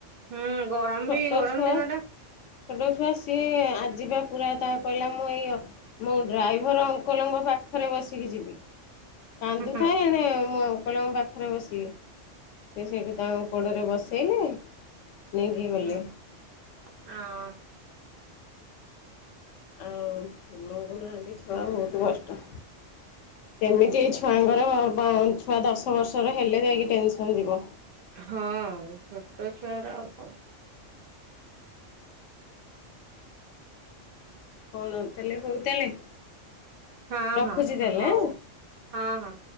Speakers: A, on the right (about 60°); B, on the left (about 75°).
A: ହୁଁ ଗରମ
B: ଛୋଟ
A: ବି ଗରମ
B: ଛୁଆ
A: ଦିନ
B: ଛୋଟ
A: ଟା।
B: ଛୁଆ ସିଏ ଆଜିିବା ପୁରା ତା କହିଲା ମୁଁ ଏଇ ମୁଁ ଡ୍ରାଇଭର ଅଙ୍କଲଙ୍କ ପାଖରେ ବସିକି ଯିବି। କାନ୍ଦୁଥାଏ
A: ହୁଁ
B: ଏଣେ ମୁଁ ଅଙ୍କଲଙ୍କ ପାଖ ପାଖରେ ବସିବେ ସେ ସେଇଠୁ ତାଙ୍କ କୋଡ଼ରେ ବସେଇଲେ। ନେଇକି
A: ହୁଁ
B: ଗଲେ।
A: ହଁ।
B: ଆଉକୁନାହାନ୍ତି ଛୁଆ ବହୁତ କଷ୍ଟ ଏମିତି ଏ ଛୁଆଙ୍କର ଛୁଆ ଦଶ ବର୍ଷର ହେଲେ ଯାଇକି ଟେନସନ୍ ଯିବ।
A: ହଁ ଛୋଟ ଛୁଆର ତ।
B: କଣ ତାହେଲେ ବୋଉ ତାହେଲେ
A: ହଁ
B: ରଖୁଛି
A: ହଁ
B: ତାହାଲେ
A: ହଉ
B: ଆଉ।
A: ହଁ ହଁ।